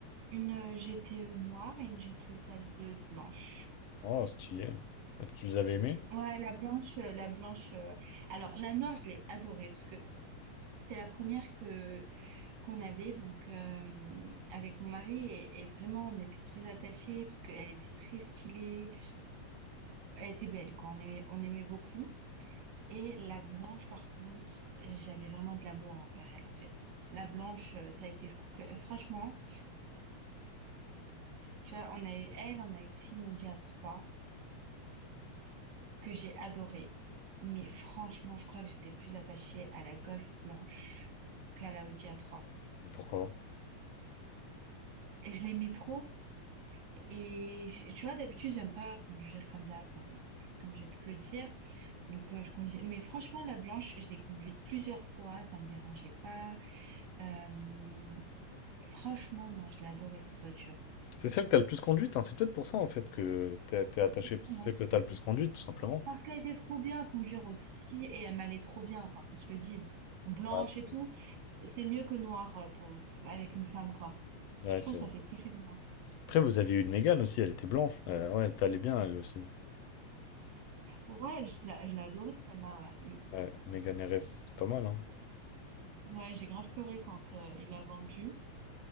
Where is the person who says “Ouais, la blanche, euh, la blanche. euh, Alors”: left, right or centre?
Right